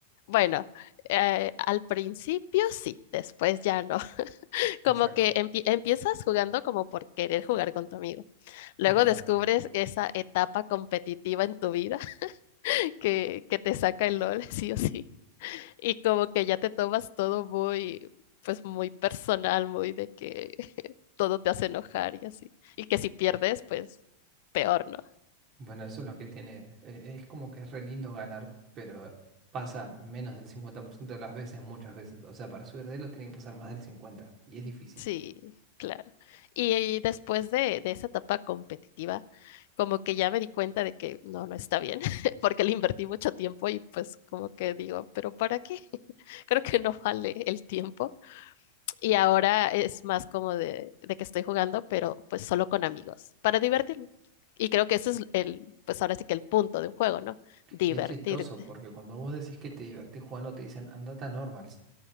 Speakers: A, on the left; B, on the right.
A: Bueno, eh, al principio sí, después ya no. <laughs>
B: Exacto,
A: Como que empie- empiezas jugando como por querer jugar con tu amigo. Luego
B: es verdad.
A: descubres esa etapa competitiva en tu vida <laughs> que, que te saca el LOL, <laughs> sí o sí. Y como que ya te tomas todo muy, pues muy personal, muy de que <laughs> todo te hace enojar y así. Y que si pierdes, pues peor, ¿no?
B: Bueno, eso es lo que tiene. eh, Es como que es re lindo ganar, pero pasa menos del 50% de las veces, muchas veces. O sea, para subir de lo tiene que pasar más del cincuenta Y es difícil.
A: Sí, claro. Y, y después de, de esa etapa competitiva, como que ya me di cuenta de que no, no está bien, <laughs> porque le invertí mucho tiempo y pues como que digo, pero ¿para qué? <laughs> Creo que no vale el tiempo. Y ahora es más como de, de que estoy jugando, pero pues solo con amigos, para divertirme. Y creo que ese es el, pues ahora sí que el punto de un juego, ¿no? Divertirte.
B: Y es chistoso porque cuando vos decís que te divertís jugando, te dicen andate a normals.